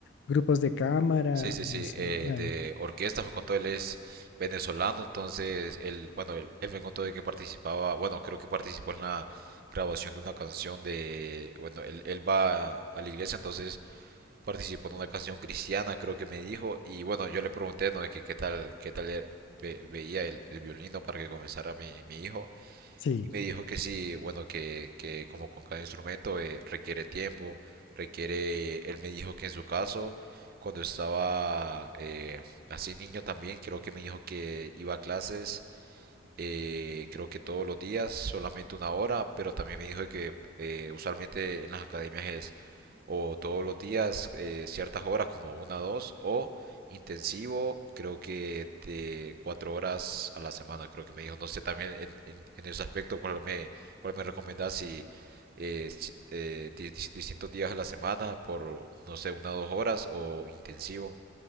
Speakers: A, on the left; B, on the right.
A: grupos de cámara,
B: Sí, sí, sí,
A: no sé,
B: eh,
A: bueno,
B: de orquesta me contó, él es venezolano, entonces él, bueno, él, él me contó de que participaba, bueno, creo que participó en la grabación de una canción de, bueno, él, él va a la iglesia, entonces participó en una canción cristiana, creo que me dijo, y bueno, yo le pregunté, ¿no? De que qué tal, qué tal eh, ve- veía el, el violino para que comenzara mi, mi hijo,
A: sí.
B: y me dijo que sí, bueno, que, que como con cada instrumento eh, requiere tiempo, requiere, él me dijo que en su caso, cuando estaba eh, así niño también, creo que me dijo que iba a clases, eh, creo que todos los días, solamente una hora, pero también me dijo que eh, usualmente en las academias es o todos los días eh, ciertas horas como una o dos o intensivo creo que de cuatro horas a la semana creo que me dijo no sé también en, en, en ese aspecto cuál me cuál me recomendás si, eh, si- eh, di- di- distintos días a la semana por no sé una o dos horas o intensivo